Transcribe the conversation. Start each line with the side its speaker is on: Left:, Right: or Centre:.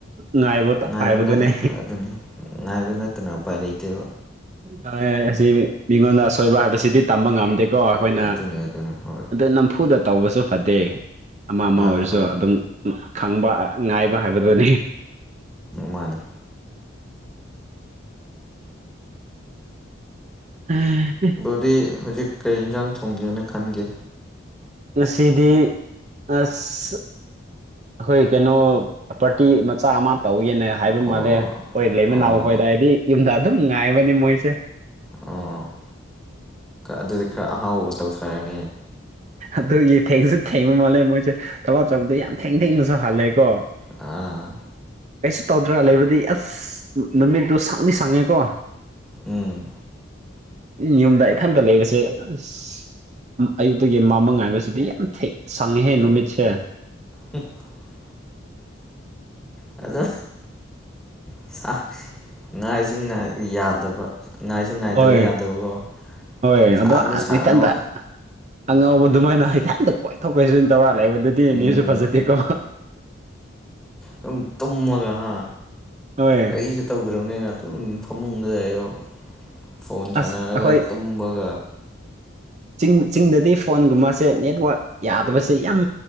Right: ꯉꯥꯏꯕ
Centre: ꯉꯥꯏꯕꯅꯗꯅ
Right: ꯍꯥꯏꯕꯗꯨꯅꯦ
Centre: ꯑꯗꯨꯅꯤ ꯉꯥꯏꯕ ꯅꯠꯇꯅ ꯎꯄꯥꯏ ꯂꯩꯇꯦꯕ
Right: ꯑ ꯃꯤꯉꯣꯟꯗ ꯁꯣꯏꯕ ꯍꯥꯕꯁꯤꯗꯤ ꯇꯝꯕ ꯉꯝꯗꯦꯀꯣ ꯑꯩꯈꯣꯏꯅ
Centre: ꯑꯗꯨꯅꯤ ꯑꯗꯨꯅꯤ ꯍꯣꯏ
Right: ꯑꯗꯨꯗ ꯅꯝꯐꯨꯗ ꯇꯧꯕꯁꯨ ꯐꯠꯇꯦ ꯑꯃ ꯑꯃ
Centre: ꯃꯥꯅꯤ
Right: ꯑꯣꯏꯔꯁꯨ
Centre: ꯃꯥꯅꯤ
Right: ꯑꯗꯨꯝ ꯈꯪꯕ ꯉꯥꯏꯕ ꯍꯥꯏꯕꯗꯨꯅꯤ
Centre: ꯃꯥꯅꯤ
Right: ꯎꯝ <inaudible>
Centre: ꯑꯗꯨꯗꯤ ꯍꯧꯖꯤꯛ ꯀꯔꯤ ꯌꯦꯟꯖꯥꯡ ꯊꯣꯡꯒꯦꯅ ꯈꯟꯒꯦ
Right: ꯉꯁꯤꯗꯤ ꯑꯁ ꯑꯩꯈꯣꯏ ꯀꯩꯅꯣ ꯄ꯭ꯔꯣ ꯄꯔꯇꯤ ꯃꯆꯥ ꯑꯃ ꯇꯧꯋꯦꯅ ꯍꯥꯏꯕ
Centre: ꯑꯣ
Right: ꯃꯥꯜꯂꯦ ꯍꯣꯏ ꯂꯩꯃ
Centre: ꯑꯣ
Right: ꯅꯥꯕꯈꯣꯏꯗ ꯍꯥꯏꯗꯤ ꯌꯨꯝꯗ ꯑꯗꯨꯝ ꯉꯥꯏꯕꯅꯤ ꯃꯣꯏꯁꯦ
Centre: ꯑꯣ ꯑꯗꯨꯗꯤ ꯈꯔ ꯑꯍꯥꯎꯕꯥꯎꯕ ꯇꯧꯊꯔꯅꯤꯅꯦ
Right: ꯑꯗꯨꯒꯤ ꯊꯦꯡꯁꯨ ꯊꯦꯡꯕ ꯃꯥꯜꯂꯦ ꯃꯣꯏꯁꯦ ꯊꯕꯛ ꯆꯕꯗꯣ ꯌꯥꯝ ꯊꯦꯡ ꯊꯦꯡꯅꯁꯨ ꯍꯜꯂꯦꯀꯣ
Centre: ꯑꯥ
Right: ꯀꯩꯁꯨ ꯇꯧꯗ꯭ꯔꯒ ꯂꯩꯕꯗꯤ ꯑꯁ ꯅꯨꯃꯤꯠꯇꯨ ꯁꯪꯂꯤ ꯁꯪꯉꯦꯀꯣ
Centre: ꯎꯝ
Right: ꯌꯨꯝꯗ ꯏꯊꯟꯇ ꯂꯩꯕꯁꯦ ꯑꯁ ꯑꯌꯨꯛꯇꯒꯤ ꯃꯃ ꯍꯥꯏꯕꯁꯤꯗꯤ ꯌꯥꯝ ꯊ ꯁꯪꯍꯦ ꯅꯨꯃꯤꯠꯁꯦ
Centre: ꯍ <inaudible> ꯑꯗꯣ ꯁꯥ ꯉꯥꯏꯁꯨ ꯌꯥꯗꯕ ꯉꯥꯏꯁꯨ ꯉꯥꯏꯗꯕ
Right: ꯍꯣꯏ
Centre: ꯌꯥꯗꯕꯀꯣ
Right: ꯍꯣꯏ
Centre: ꯁꯥꯡꯁꯨ
Right: ꯑꯗꯣ
Centre: ꯁꯥꯡꯉꯕ
Right: ꯏꯊꯟꯇ ꯑꯉꯧꯕ ꯑꯗꯨꯃꯥꯏꯅ ꯏꯊꯟꯇ ꯀꯣꯏ ꯊꯣꯛꯣꯛꯄꯩꯁꯨ ꯑꯗꯨ ꯇꯧꯔꯥꯂꯦꯕ ꯑꯗꯨꯗꯤ
Centre: ꯎꯝ
Right: ꯃꯤꯁꯨ ꯐꯖꯗꯦꯀꯣ
Centre: ꯁꯨꯝ ꯇꯨꯝꯃꯒ ꯍꯥ
Right: ꯍꯣꯏ
Centre: ꯀꯔꯤꯁꯨ ꯇꯧꯗ꯭ꯔꯕꯅꯤꯅ ꯑꯗꯨꯝ ꯐꯃꯨꯡꯗꯗ ꯑꯌꯣ ꯐꯣꯟ
Right: ꯑꯁ
Centre: ꯁꯥꯟꯅꯔꯒ
Right: ꯑꯩꯈꯣꯏ
Centre: ꯇꯨꯝꯕꯒ
Right: ꯆꯤꯡ ꯆꯤꯡꯗꯗꯤ ꯐꯣꯟꯒꯨꯝꯕꯁꯦ ꯅꯦꯠꯋꯥꯛ ꯌꯥꯗꯕꯁꯦ ꯌꯥꯝ